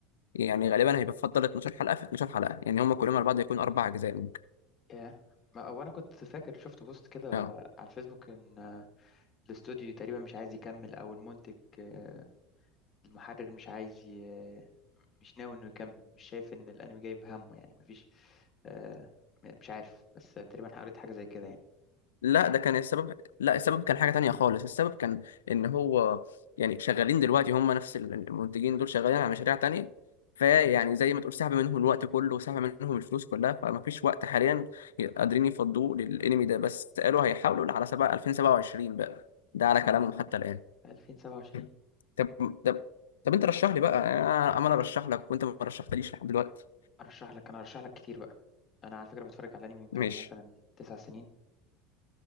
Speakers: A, on the left; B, on the left.
A: يعني غالبا هيبقى فضل 12 حلقه في 12 حلقه يعني هم كلهم على بعض يكونوا اربع اجزاء ممكن
B: ياه ما- هو أنا كنت فاكر شفت بوست كده
A: اه
B: على الفيسبوك إن الاستوديو تقريبا مش عايز يكمل او المنتج آه، المحرر مش عايز ي... مش ناوي انه يكمل مش شايف ان الانمي جايب همه يعني مفيش آه، م- مش عارف بس تقريبا قريت حاجه زي كده يعني
A: لا ده كان السبب لا السبب كان حاجة تانية خالص السبب كان ان هو يعني شغالين دلوقتي هم نفس المنتجين دول شغالين على مشاريع تانية فيعني زي ما تقول سحب منهم الوقت كله وسحب منهم الفلوس كلها فما فيش وقت حاليا قادرين يفضوه للانمي ده بس قالوا هيحاولوا على سبعة 2027 بقى ده على
B: اه
A: كلامهم حتى الآن
B: 2027
A: <clears throat> طب طب طب انت رشح لي بقى انا عمال ارشح لك وانت ما رشحتليش لحد دلوقتي
B: ارشح لك انا ارشح لك كتير بقى انا على فكره بتفرج على انمي بقالي
A: ماشي
B: مثلا تسع سنين